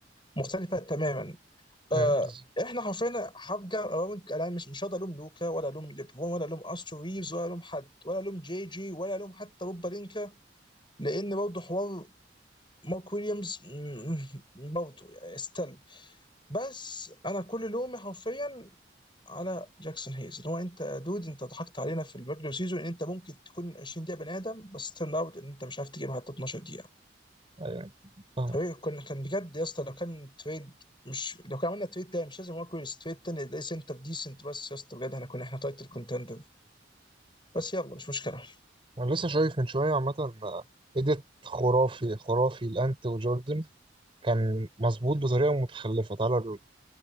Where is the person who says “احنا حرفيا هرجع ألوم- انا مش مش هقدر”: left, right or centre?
Left